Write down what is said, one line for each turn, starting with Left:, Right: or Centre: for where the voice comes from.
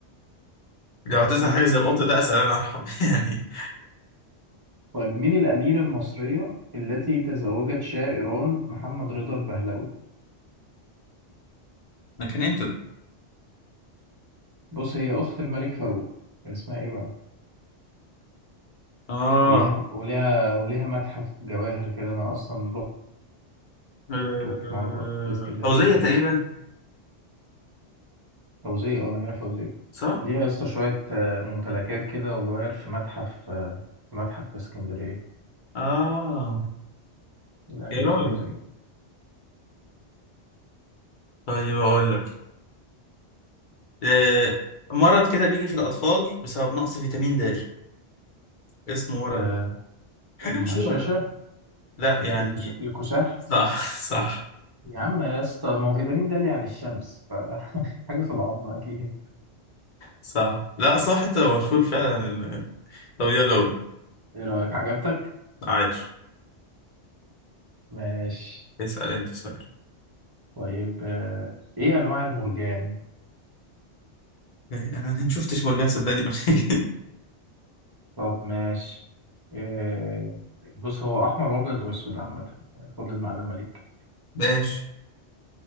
Left: لو هتسال
Right: مم،
Left: حاجه زي القط ده اسال انا ارحم <laughs> يعني
Right: طيب مين الأميرة المصرية التي تزوجت شاه إيران محمد رضا البهلوي
Left: ده كان امتى ده
Right: بص هي أخت الملك فاروق كان اسمها إيه بقى
Left: اه
Right: وليها وليها وليها متحف جواهر كده أنا أصلا
Left: آه،
Right: رحته في مرة في الإسكندرية
Left: فوزيه
Right: باين
Left: تقريبا
Right: فوزية ولا أميرة فوزية
Left: صح
Right: ليها يا اسطى شوية آه، ممتلكات كده وجواهر في متحف آه، في متحف في اسكندرية
Left: اه
Right: الأميرة
Left: يا راجل
Right: فوزية
Left: طيب اقول لك آه، مرض كده بيجي في الاطفال بسبب نقص فيتامين د اسمه مرض
Right: امم
Left: حاجة
Right: الهشاشة
Left: مشهورة على فكرة لا يعني
Right: الكس... الكساح
Left: صح صح
Right: يا عم يا اسطى ما هو فيتامين د اللي يعني الشمس ف... حاجة <laughs> في العظم أكيد
Left: صح لا صح حتى لو مشهور فعلا لو يلا قول.
Right: إيه رأيك عجبتك؟
Left: عايش
Right: ماشي
Left: اسأل انت سؤال
Right: طيب آه، إيه أنواع المرجان؟
Left: إيه، انا أنا ما شفتش مورجان صدقني <laughs> قبل كده
Right: طب ماشي آه، بص هو أحمر وأبيض وأسود عامة خد المعلومة ليك
Left: ماشي